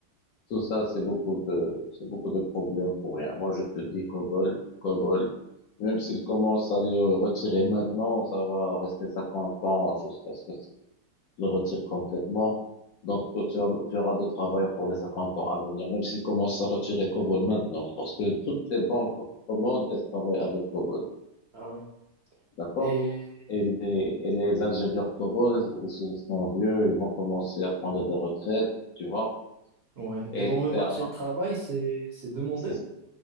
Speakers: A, on the left (about 65°); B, on the right (about 65°).
A: tout ça, c'est beaucoup de, c'est beaucoup de problèmes pour rien. Moi, je te dis COBOL, COBOL, même s'il commence à le retirer maintenant, ça va rester 50 ans jusqu'à ce que tu le retire complètement. Donc, tu, en- tu auras de travail pour les 50 ans à venir, même s'il commence à retirer COBOL maintenant, parce que toutes les banques au monde, elles travaillent avec COBOL.
B: Ah ouais.
A: D'accord?
B: Et,
A: Et les, et les ingénieurs cobots, ils se sont vieux, ils vont commencer à prendre des retraites, tu vois.
B: ouais.
A: Et
B: Et dans le
A: c'est
B: marché
A: un mar-
B: de travail, c'est, c'est demandé.
A: c'est,